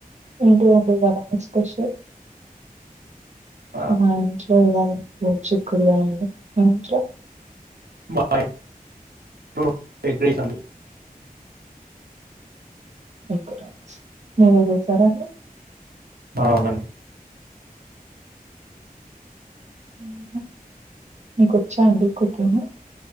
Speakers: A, on the right; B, on the right.
A: ఏంటి వండినారు మీర్ స్పెషల్
B: ఆ
A: మా ఇంట్లొ గొడుచిక్కుడుగాయ అండి మీ ఇంట్లొ
B: మా ట్లో ఎగ్ రైస్ అండి
A: ఇక్కడ మీరే జేసారా అండి
B: ఆవునన్
A: మ్మ్ మ్మ్ మీక్కొచ్చా అండి కుకింగు